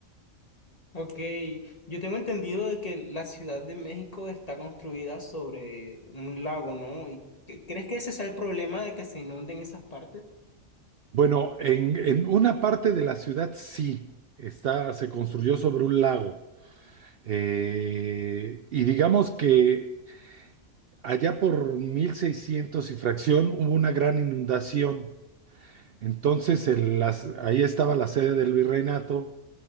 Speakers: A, on the left; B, on the right.
A: ok. Yo tengo entendido de que la Ciudad de México está construida sobre un lago, ¿no? ¿Y qué- crees que ese sea el problema de que se inunden esas partes?
B: Bueno, en, en una parte de la ciudad sí, está, se construyó sobre un lago. Eh, y digamos que allá por 1600 y fracción hubo una gran inundación. Entonces el- las- ahí estaba la sede del virreinato